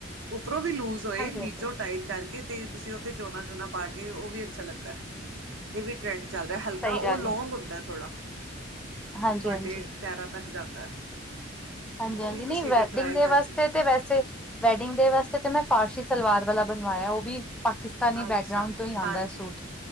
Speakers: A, on the right; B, in the centre.
A: ਉੱਪਰੋਂ ਵੀ ਲੂਜ਼ ਹੋਏ
B: ਹਾਂਜੀ
A: ਨੀਚੋਂ
B: ਹਾਂਜੀ
A: ਟਾਈਟ ਕਰਕੇ ਤੇ ਤੁਸੀਂ ਉੱਥੇ ਝੋਨਾ ਝੋਨਾ ਪਾ ਕੇ ਓ ਵੀ ਅੱਛਾ ਲੱਗਦਾ ਏ ਵੀ ਟਰੈਂਡ ਚੱਲ ਰਿਐ ਹਲਕਾ
B: ਸਹੀ
A: ਓ
B: ਗੱਲ
A: ਲੋਂਗ ਹੁੰਦਾ ਹੈ ਥੋੜਾ।
B: ਹਾਂਜੀ
A: ਓ ਤੁਹਾਡੇ
B: ਹਾਂਜੀ
A: ਪੈਰਾਂ ਤੱਕ ਜਾਂਦਾ।
B: ਹਾਂਜੀ
A: ਉਹ
B: ਹਾਂਜੀ
A: ਵੀ ਤੁਸੀਂ
B: ਨਈ ਵੈਡਿੰਗ
A: ਅਗਰ ਟਰਾਈ
B: ਦੇ
A: ਕਰਕੇ
B: ਵਾਸਤੇ ਤੇ ਵੈਸੇ ਵੈਡਿੰਗ ਦੇ ਵਾਸਤੇ ਤੇ ਮੈਂ ਫਾਰਸੀ ਸਲਵਾਰ ਵਾਲਾ ਬਣਵਾਇਆ ਓ ਵੀ ਪਾਕਿਸਤਾਨੀ
A: ਅੱਛਾ
B: ਬੈਕਗਰਾਉਂਡ ਤੋਂ ਈ
A: ਹਾਂਜੀ
B: ਆਂਦਾ ਸੂਟ